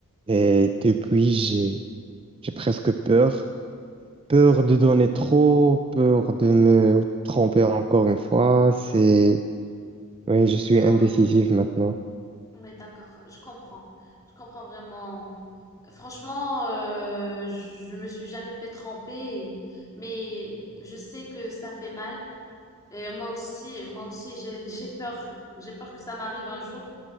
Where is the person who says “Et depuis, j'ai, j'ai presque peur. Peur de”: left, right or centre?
Right